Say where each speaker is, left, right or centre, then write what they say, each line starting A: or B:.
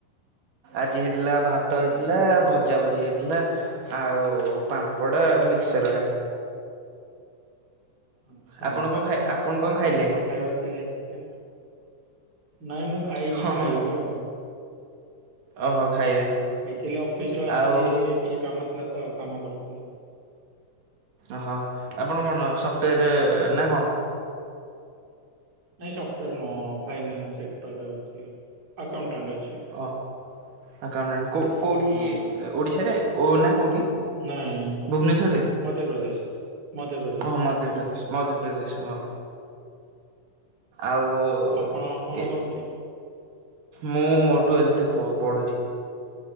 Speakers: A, on the right; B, on the right.
A: ଆଜି ହେଇଥିଲା ଭାତ ହେଇଥିଲା ଭଜା ଭଜି ହେଇଥିଲା। ଆଉ ପାମ୍ପଡ଼ ଆଉ ମିକ୍ସଚରଗା।
B: ଆଛା
A: ଆପଣ କଣ ଖାଇ ଆପଣ କଣ ଖାଇଲେ?
B: କେତେ କଣ ଖାଇବା ତ ହେଇଛି ଆଉ? ନାଇଁ ମୁଁ ଖାଇନି
A: ହଁ
B: ଖାଇବି
A: ହଁ
B: ଆଉ।
A: ଓହୋ ଖାଇବେ
B: ଏକ୍ଚୁଲି ଅଫିସରୁ ଆସିକି
A: ଆଉ
B: ଟିକେ କାମ ଥିଲା ତ କାମ କରୁଥିଲେ।
A: ଅହଃ ଆପଣ କଣ ସଫ୍ଟୱେର ନା କଣ?
B: ନାଇଁ ସଫ୍ଟାର ନୁହଁ। ଫାଇନାନ୍ସ ସେକ୍ଟର ଅଛି। ଆକାଉଣ୍ଟାଣ୍ଟ ଅଛି।
A: ଓ ଆକାଉଣ୍ଟ କୋ କୋଉଠି
B: ଆଁ
A: ଓଡିଶାରେ ଓ ନା କୋଉଠି?
B: ନାଇଁ
A: ଭୁବନେଶ୍ୱରରେ
B: ମଧ୍ୟପ୍ରଦେଶ। ମଧ୍ୟପ୍ରଦେଶ
A: ଓ ମଧ୍ୟପ୍ରଦେଶ ମଧ୍ୟପ୍ରଦେଶ ହଁ।
B: ଆଚ୍ଛା
A: ଆଉ
B: ଆପଣ କଣ
A: କେ
B: କରନ୍ତି
A: ମୁଁ ଟୁଏଲର୍ଥ ପ ପଢୁଛି।